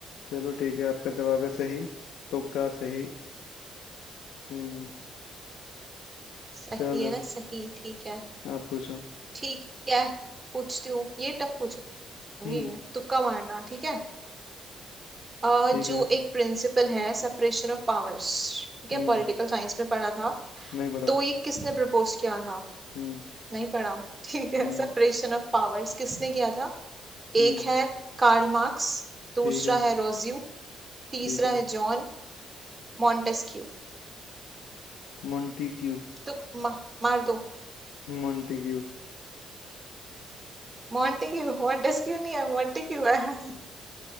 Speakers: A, on the left; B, on the right.
A: चलो ठीक है आपका जवाब है सही तुक्का सही हम्म
B: सही
A: <laughs> चलो
B: है ना सही ठीक है
A: आप पूछो
B: ठीक है पूछती हूँ ये टफ पूछूंगी
A: हम्म
B: ये तुक्का मारना ठीक है अ,
A: ठीक
B: जो
A: है
B: एक प्रिंसिपल है सेपरेशन ऑफ पावर्स ठीक
A: हम्म
B: है पॉलिटिकल साइंस में पढ़ा था
A: नहीं पढ़ा
B: तो ये किसने प्रपोज किया था
A: हम्म
B: नहीं पढ़ा <laughs> ठीक है
A: हम्म
B: सेपरेशन ऑफ पावर्स किसने किया था
A: हम्म
B: एक है कार्ल मार्क्स दूसरा
A: ठीक है
B: है रोज्यू तीसरा
A: ठीक है
B: है जॉन मॉन्टेस्क्यू
A: मोंटी क्यू
B: तो मा, मार दो
A: मोंटी क्यू
B: मॉन्टेग्यू मॉन्टेस्क्यू नहीं है मॉन्टेग्यू है